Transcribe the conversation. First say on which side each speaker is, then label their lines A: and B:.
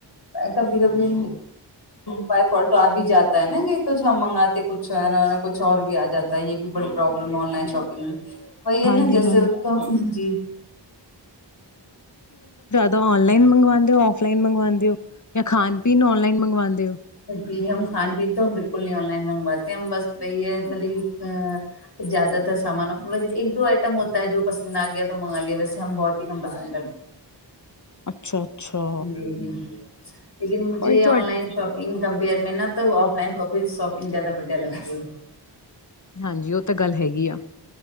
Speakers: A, on the left; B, on the left.
A: ਕਭੀ-ਕਭੀ ਬਾਾਈਫੋਲਟ ਆ ਹੀ ਜਾਤਾ ਹੈ ਨਾ ਕਿ ਕੁਛ ਮੰਗਾਤੇ ਕੁਛ ਹੈ ਨਾ ਨਾ ਕੁਛ ਰ ਵੀ ਆ ਜਾਤਾ ਹੈ ਇਹ ਵੀ ਬੜੀ ਪ੍ਰੋਬਲਮ ਹੈ ਔਨਲਾਈਨ ਸ਼ੋਪਿੰਗ ਵਹੀ ਹੈ
B: ਹਾਂਜੀ
A: ਨਾ ਜੈਸੇ
B: ਹਾਂਜੀ
A: ਉਸ ਜੀ
B: ਤਾਂ ਔਨਲਾਈਨ ਮੰਗਵਾਉਂਦੇਓ ਉਫਲਾਈਨ ਮੰਗਵਾਉਂਦੇਓ ਜਾਂ ਖਾਣ ਪੀਣ ਔਨਲਾਈਨ ਮੰਗਵਾਉਂਦੇ ਹੋ
A: ਜੀ ਹਮ ਖਾਣ ਪੀਣ ਤੋਂ ਬਿਲਕੁਲ ਨਹੀਂ ਔਨਲਾਈਨ ਮੰਗਵਾਤੇ ਬਸ ਬ ਮਤਲਬ ਅ ਜ਼ਿਆਦਾਤਰ ਸਾਮਾਨ ਇੱਕ ਦੋ ਆਈਟਮ ਹੋਤਾ ਹੈ ਜੋ ਪਸੰਦ ਆ ਗਿਆ ਤਾਂ ਮੰਗਵਾ ਲਿਆ ਵੈਸੇ ਹਮ ਬਹੁਤ ਹੀ ਕਮ ਪਸੰਦ ਕਰਦੇ
B: ਅੱਛਾ, ਅੱਛਾ।
A: ਜੀ, ਜੀ ਲੇਕਿਨ ਮੁਝੇ
B: ਉਹੀ ਤੁਹਾ
A: ਔਨਲਾਈਨ ਸ਼ੋਪ ਇਨ ਕੰਪੇਅਰ ਨਾ ਤਾਂ ਔਫਲਾਈਨ ਕਫੀ ਸ਼ੋਪਿੰਗ ਜਿਆਦਾ ਵਧੀਆ ਲਗਦੀ ਹੈ
B: ਹਾਂਜੀ ਉਹ ਤਾਂ ਗੱਲ ਹੈਗੀ ਆ